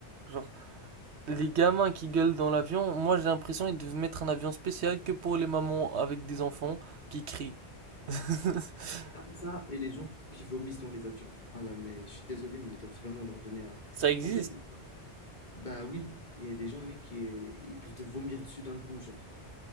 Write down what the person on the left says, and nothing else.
Ah, Ça, et les gens qui vomissent dans les avions. Ah là, mais je suis désolé, mais ils doivent vraiment leur donner un...
En fait, ils- bah oui, il y a des gens, mec, qui ils peuvent te vomir dessus d'un coup, genre. ah,